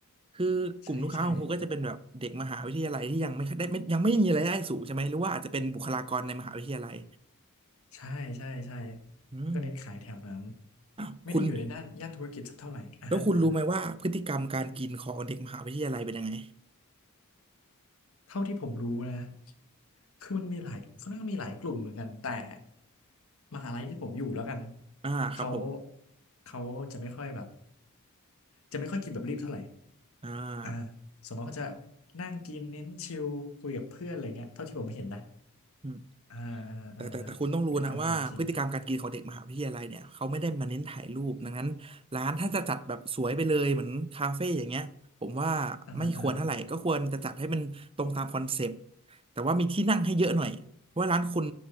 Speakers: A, on the right (about 25°); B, on the left (about 65°).
A: คือกลุ่มลูกค้าของคุณก็จะเป็นแบบเด็กมหาวิทยาลัยที่ยังไม่ได้ไม่ยังไม่มีรายได้สูงใช่ไหมหรือว่าอาจจะเป็นบุคลากรในมหาวิทยาลัย
B: ใช่ใช่ใช่ใช่ใช่
A: อืม
B: ก็เน้นขายแถวนั้น
A: อ้าวคุณ
B: ไม่ได้อยู่ในด้านย่านธุรกิจสักเท่าไหร่อ่ะฮะอ่ะฮะ
A: แล้วคุณรู้ไหมว่าพฤติกรรมการกินของเด็กมหาวิทยาลัยเป็นยังไง
B: เท่าที่ผมรู้นะคือมันมีหลายเขาเรียกว่ามีหลายกลุ่มเหมือนกัน แต่มหาลัยที่ผมอยู่แล้วกัน
A: อ่าครับผม
B: เขาเขาจะไม่ค่อยแบบจะไม่ค่อยกินแบบรีบเท่าไหร่
A: อ่า
B: อ่าสมมติเขาจะนั่งกินเน้นชิลคุยกับเพื่อนอะไรเงี้ยเท่าที่ผมเห็นนะ
A: อืม
B: อ่า
A: แต่แต่แต่คุณต้องรู้นะว่าพฤติกรรมการกินของเด็กมหาวิทยาลัยเนี่ยเขาไม่ได้มาเน้นถ่ายรูป
B: อ่าอ่าพฤติกรรมการกิน
A: ดังนั้นร้านถ้าจะจัดแบบสวยไปเลยเหมือนคาเฟ่อย่างเงี้ยผมว่าไม่ควรเท่าไหร่ก็ควรจะจัดให้มันตรงตามคอนเซปต์
B: อ่าอ่า
A: แต่ว่ามีที่นั่งให้เยอะหน่อยเพราะว่าร้านคุณ